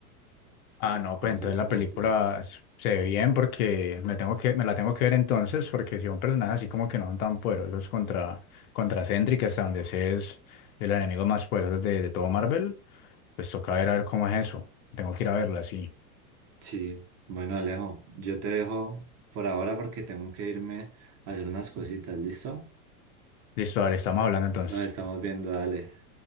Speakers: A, on the left (about 65°); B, on the right (about 35°).
A: Ah, no,
B: Entonces,
A: pues entonces la
B: pues
A: película
B: sí.
A: s- se ve bien porque me tengo que, me la tengo que ver entonces, porque si son personajes así como que no son tan poderosos contra, contra Sentry, que hasta donde sé es de los enemigos más poderosos de, de todo Marvel, pues toca ver a ver cómo es eso. Tengo que ir a verla, sí.
B: Sí, bueno, Alejo, yo te dejo por ahora porque tengo que irme a hacer unas cositas, ¿listo?
A: Listo, dale, estamos hablando entonces.
B: Nos estamos viendo, dale.